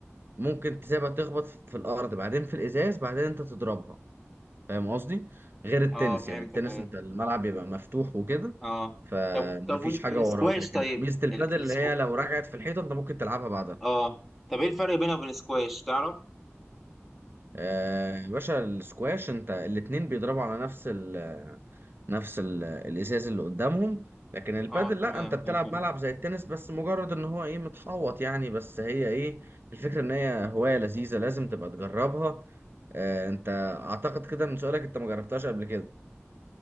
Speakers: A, on the right (about 50°); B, in the centre.
A: ممكن تسيبها تخبط في في الأرض بعدين في الإزاز بعدين انت تضربها فاهم قصدي؟ غير التنس
B: اه فهمتك
A: يعني التنس
B: ايوه
A: انت الملعب بيبقى مفتوح وكده
B: اه
A: فمفيش
B: طب طب وال-
A: حاجة
B: السكواش
A: وراك لكن
B: طيب
A: ميزة البادل
B: ال- السكو
A: اللي هي لو رجعت في الحيطة انت ممكن تلعبها بعدها
B: اه طب ايه الفرق بينها وبين السكواش تعرف
A: آه، يا باشا السكواش انت الاتنين بيضربوا على نفس ال نفس ال الازاز اللي قدامهم لكن البادل
B: اه تمام
A: لا انت بتلعب
B: آه، فهمتك
A: ملعب زي التنس بس مجرد ان هو ايه متحوط يعني بس هي ايه الفكرة ان هي هواية لذيذة لازم تبقى تجربها آه، انت اعتقد كده من سؤالك انت ما جربتهاش قبل كده